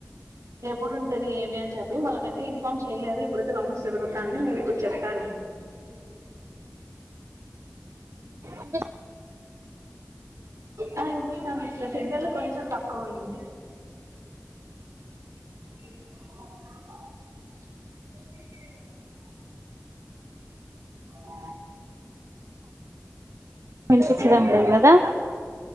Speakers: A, on the right; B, on the right.
A: ఎప్పుడుంటది ఏమి అని చెప్పి వాళ్ళకైతే ఇన్ఫామ్ చెయలేదు ఇప్పుడైతే రౌండ్స్ జరుగుతాంది, అని మీరు ఇప్పుడు చెప్తారు
B: <inaudible> అకా
A: ఆ విన్పిస్తాంది స్ సిగ్నల్ కొంచెం తక్కువుంది అవునా ఆ
B: వినిపించడం
A: విన్పిస్తాందా
B: లేదు కదా
A: సిస్ట